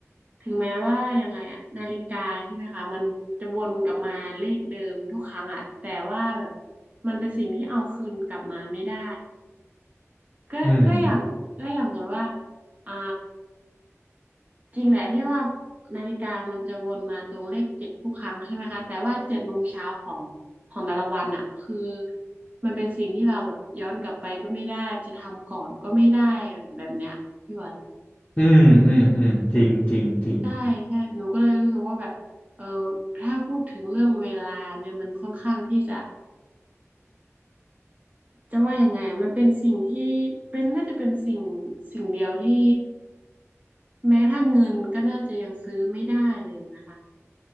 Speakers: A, on the right (about 30°); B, on the left (about 30°).
A: ถึงแม้ว่ายังไงอะนาฬิกาใช่ไหมคะมันจะวนกลับมาเลขเดิมทุกครั้งอะแต่ว่าแบบมันเป็นสิ่งที่เอาคืนกลับมาไม่ได้ก็ก็อย่างก็อย่างสมมติว่า
B: อืม
A: อ่า จริงแหละที่ว่านาฬิกามันจะวนมาตรงเลขเจ็ดทุกครั้งใช่ไหมคะแต่ว่าเจ็ดโมงเช้าของของแต่ละวันอะคือมันเป็นสิ่งที่เราแบบย้อนกลับไปก็ไม่ได้จะทำก่อนก็ไม่ได้แบบเนี้ยพี่บอล
B: อืมอืมอืมจริงจริงจริง
A: ใช่ใช่หนูก็เลยรู้สึกว่าแบบเออถ้าพูดถึงเรื่องเวลาเนี่ยมันค่อนข้างที่จะจะว่ายังไงมันเป็นสิ่งที่เป็นน่าจะเป็นสิ่งสิ่งเดียวที่แม้กระทั่งเงินก็น่าจะยังซื้อไม่ได้เลยนะคะ